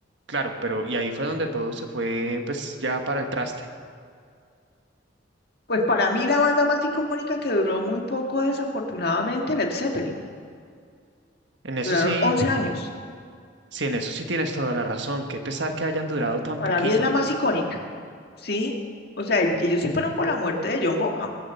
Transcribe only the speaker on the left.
Pues para mí la banda más icónica que duró muy poco, desafortunadamente, Led Zeppelin.
Duraron
11 años.
Para
mí es la más icónica. Sí, o sea, el- ellos sí fueron por la muerte de John Bonham,